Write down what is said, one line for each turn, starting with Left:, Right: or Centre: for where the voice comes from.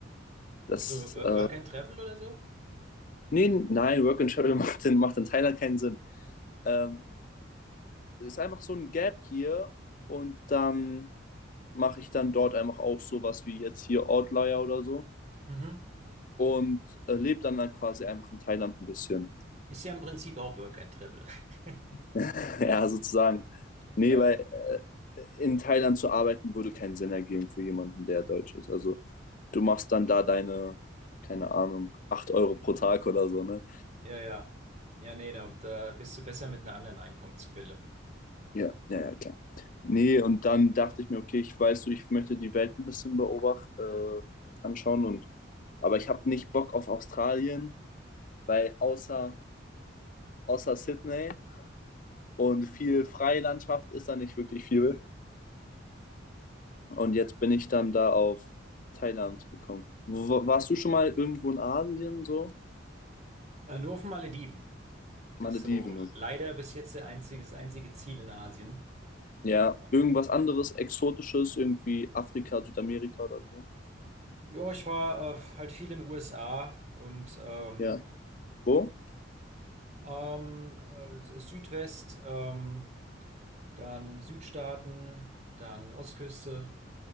Left: Das,
Right: So Wo-
Left: äh,
Right: Work and Travel oder so?
Left: nee, nein, Work and Travel <laughs> macht in, macht in Thailand keinen Sinn. Ähm, es ist einfach so ein Gap hier und dann mache ich dann dort einfach auch sowas wie jetzt hier Outlier oder so
Right: Mhm.
Left: und äh, lebe dann, dann quasi einfach in Thailand ein bisschen.
Right: Ist ja im Prinzip auch Work and Travel. <laughs>
Left: <laughs> Ja, sozusagen. Nee,
Right: Ja,
Left: weil äh, in Thailand zu arbeiten würde keinen Sinn ergeben für jemanden, der Deutsch ist. Also du machst dann da deine, keine Ahnung, 8 Euro pro Tag oder so, ne?
Right: ja, ja. Ja, nee, da, da bist du besser mit einer anderen Einkommensquelle.
Left: Ja, ja, ja, klar. Nee, und dann dachte ich mir, okay, ich weiß du, ich möchte die Welt ein bisschen beobachten, äh, anschauen und aber ich habe nicht Bock auf Australien, weil außer, außer Sydney und viel Freilandschaft ist da nicht wirklich viel. Und jetzt bin ich dann da auf Thailand gekommen. Wo- Warst du schon mal irgendwo in Asien so?
Right: Äh, nur auf den Malediven. Das
Left: Malediven,
Right: ist so
Left: okay.
Right: leider bis jetzt der einzige, das einzige Ziel in Asien.
Left: Ja,
Right: Ähm,
Left: irgendwas anderes, Exotisches, irgendwie Afrika, Südamerika oder so.
Right: ja, ich war äh, halt viel in den USA und ähm,
Left: Ja. Wo?
Right: Ähm, äh, Südwest, ähm, dann Südstaaten, dann Ostküste.